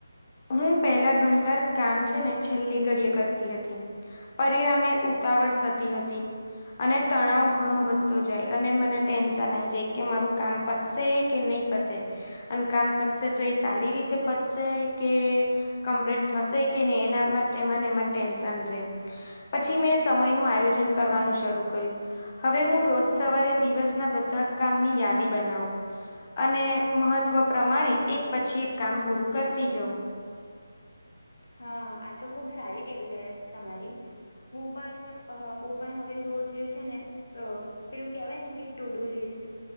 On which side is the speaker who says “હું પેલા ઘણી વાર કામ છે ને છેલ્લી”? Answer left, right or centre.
Left